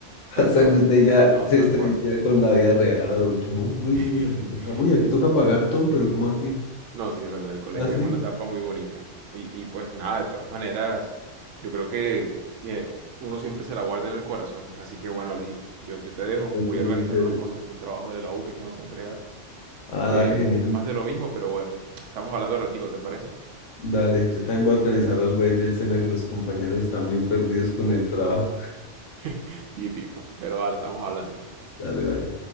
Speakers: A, on the left; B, on the right.
A: <laughs>
B: tal
A: Hasta
B: cual.
A: que usted ya
B: No,
A: se
B: tal
A: estrella
B: cual.
A: con la vida real al último. Uy, uy,
B: <laughs>
A: uy, aquí toca, uy, aquí toca pagar todo, pero ¿cómo así?
B: No, sí, es verdad, el colegio
A: Así.
B: es una etapa muy bonita. Y, y pues nada, de todas maneras, yo creo que eh, uno siempre se la guarda en el corazón. Así que bueno, Alejito, yo, yo te dejo,
A: Cuentos
B: voy a organizar
A: bien chéveres.
B: unas cosas para un trabajo de la U que tengo que entregar,
A: Ah,
B: que,
A: dale, genial.
B: que es más de lo mismo, pero bueno, estamos hablando de ratico, ¿te parece?
A: Dale, yo también voy a organizar algo ahí del Sena que los compañeros están bien perdidos con el trabajo.
B: <laughs> Típico, pero vale, estamos hablando.
A: Dale, vale.